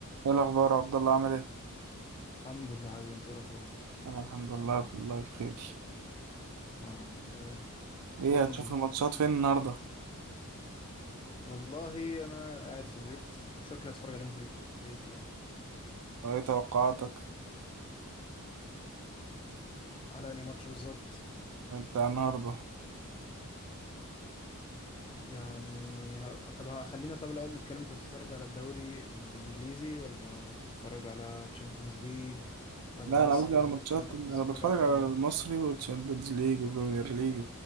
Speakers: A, on the right; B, on the left.
A: ايه الاخبار يا عبد الله عامل ايه
B: الحمد لله حبيبي انت ايه الاخبار
A: انا الحمد لله بالله بخير
B: الحمد لله
A: ايه
B: قول
A: هتشوف
B: لي
A: الماتشات فين النهارده
B: والله انا قاعد في البيت شكلي اتفرج عليهم في البيت يعني
A: وايه توقعاتك
B: على انهي ماتش بالظبط
A: بتاع النهارده
B: يعني ه... طب ه- خلينا طب الاول نتكلم انت بتتفرج على الدوري الانجليزي ولا بتتفرج على تشامبيونز ليج ولا
A: لا
B: مصري
A: انا قصدي على
B: ولا
A: ماتشات
B: بتتكلم
A: انا
B: بتتفرج
A: بتفرج
B: على
A: على المصري وتشامبيونز ليج وبريمير ليج